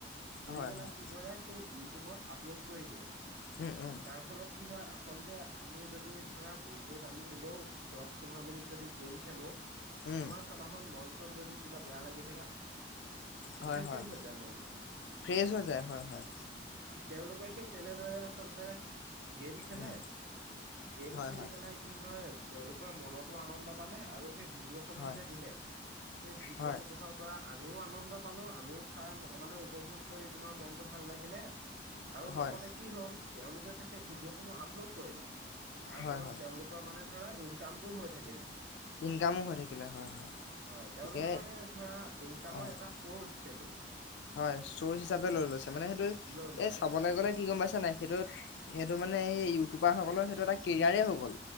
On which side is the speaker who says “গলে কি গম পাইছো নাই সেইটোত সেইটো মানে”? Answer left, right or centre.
Left